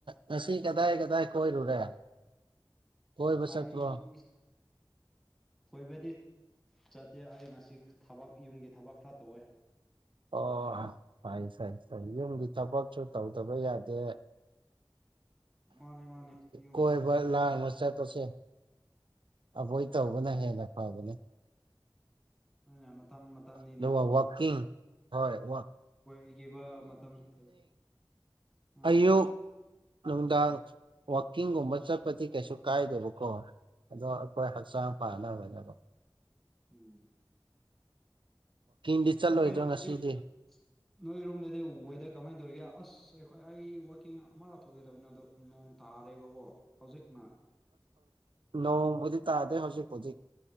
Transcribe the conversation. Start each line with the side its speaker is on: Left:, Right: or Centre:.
Right: ꯉꯁꯤ ꯀꯗꯥꯏ ꯀꯗꯥꯏ ꯀꯣꯏꯔꯨꯔꯦ ꯀꯣꯏꯕꯁꯠꯇ
Centre: ꯑꯩꯗꯤ
Right: ꯋꯥ
Centre: ꯀꯣꯏꯕꯗꯤ ꯆꯠꯇꯦ ꯑꯩ ꯉꯁꯤ ꯊꯕꯛ ꯌꯨꯝꯒꯤ ꯊꯕꯛ ꯈꯔ ꯇꯧꯋꯦ
Right: ꯑꯣ ꯐꯩ ꯐꯩ ꯐꯩ ꯌꯨꯝꯒꯤ ꯊꯕꯛꯁꯨ ꯇꯧꯗꯕ ꯌꯥꯗꯦ
Centre: ꯃꯥꯅꯦ ꯃꯥꯅꯦ ꯌꯨꯝ
Right: ꯀꯣꯏꯕ ꯂꯥ ꯃꯁꯖꯥ ꯇꯁ ꯑꯕꯣꯏ ꯇꯧꯕꯅ ꯍꯦꯟꯅ ꯐꯕꯇꯅꯦ
Centre: ꯑꯗꯨꯅ ꯃꯇꯝ ꯃꯇꯝꯅꯤꯅꯦꯣꯏ
Right: ꯑꯗꯨꯒ ꯋꯥꯛꯀꯤꯡ ꯍꯣꯏ ꯋꯥꯛ
Centre: ꯑꯣꯏꯈꯤꯕ ꯃꯇꯝꯁꯨ ꯂꯩ ꯎꯝ
Right: ꯑꯌꯣ ꯅꯨꯡꯗꯥꯡ ꯋꯥꯋꯥꯛꯀꯤꯡꯒꯨꯝꯕ ꯆꯠꯄꯗꯤ ꯀꯩꯁꯨ ꯀꯥꯏꯗꯦꯕꯀꯣ ꯑꯗꯣ ꯑꯩꯈꯣꯏ ꯍꯛꯆꯥꯡ ꯐꯥꯅꯕꯅꯦ
Centre: ꯎꯝꯃ
Right: ꯗꯤ ꯆꯠꯂꯣꯏꯗ꯭ꯔꯣ
Centre: ꯅꯣꯏꯔꯣꯝꯗꯗꯤ
Right: ꯉꯁꯤꯗꯤ
Centre: ꯅꯣꯏꯔꯣꯝꯗꯗꯤ ꯋꯦꯗꯔ ꯀꯃꯥꯏꯅ ꯇꯧꯔꯤꯒꯦ ꯑꯁ ꯑꯩꯈꯣꯏ ꯑꯩ ꯋꯥꯛꯀꯤꯡ ꯑꯃ ꯂꯥꯞꯊꯣꯛꯒꯦꯗꯕꯅꯤ ꯑꯗꯣ ꯅꯣꯡ ꯇꯥꯔꯦꯕꯀꯣ ꯍꯧꯖꯤꯛꯅ
Right: ꯅꯣꯡꯗꯤ ꯇꯥꯗꯦ ꯍꯧꯖꯤꯛ ꯍꯧꯖꯤꯛ